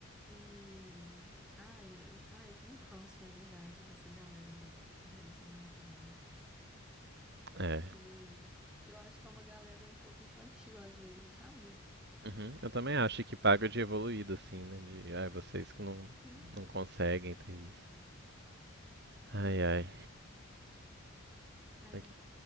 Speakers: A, in the centre; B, on the right (about 50°).
A: E. Ah, eu, ah, eu tenho um ranço, na verdade, dessa galera da- do relacionamento aberto.
B: É.
A: Porque eu acho que é uma galera um pouco infantil, às vezes, sabe?
B: Uhum. Eu também acho que paga de evoluído, assim, né? De, ai, vocês que não,
A: Sim,
B: não conseguem ter isso.
A: sim.
B: Ai, ai.
A: É,
B: Aqui.